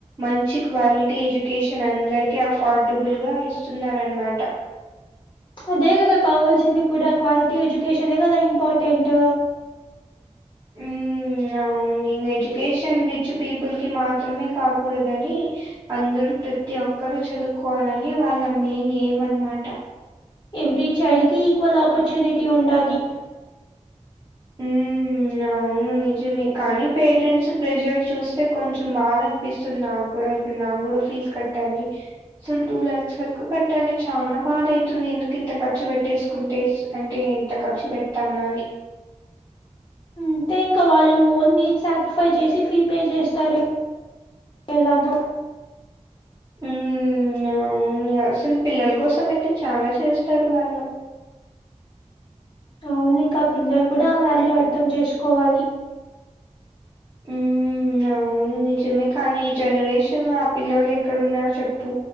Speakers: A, on the right (about 30°); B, on the left (about 40°).
A: మంచి క్వాలిటీ ఎడ్యుకేషన్ అందరికీ అఫోర్ట్బుల్గ ఇస్తున్నారనమాట
B: అదే కదా కావాల్సింది కూడా క్వాలిటీ ఎడ్యుకేషనే కదా ఇంపార్టెంట్
A: హ్మ్. అవును ఇంగ ఎడ్యుకేషన్ రిచ్ పీపుల్కి మాత్రమే కాకూడదని అందరూ ప్రతి ఒక్కరు చదువుకోవాలని వాళ్ళ మెయిన్ ఎయిమ్ అనమాట
B: ఎవ్రీ చైల్డ్కి ఈక్వల్ ఆపర్చునిటీ ఉండాలి
A: హ్మ్. అవును నిజమే కానీ పేరెంట్స్ ప్రెషర్ చూస్తే కొంచెం బాధ అనిపిస్తుంది నాకు కూడా ఇప్పుడు నాకు కూడా ఫీజ్ కట్ ట్టాలి అసలు టూ ల్యాక్స్ వరకు కట్టాలి చాలా బాధ అయితుంది ఎందుకు ఇంత ఖర్చు పెట్టేసుకుంటేస్ అంటే ఎంత ఖర్చు పెట్టానాని
B: అంతే ఇంకా వాళ్ళు ఓన్ నీట్ సెక్రిఫైస్ చేసి ఫీ పే చేస్తారు ఎలానో
A: ఉమ్ అవును అసలు పిల్లల కోసం అయితే చాల చేస్తారు వాళ్ళు
B: అవును ఇంకా పిల్లలు కూడా ఆ వ్యాలు అర్థం చేసుకోవాలి
A: ఉమ్ అవును నిజమే కానీ ఈ జనరేషన్లో ఆ పిల్లలు ఎక్కడ ఉన్నారు చెప్పు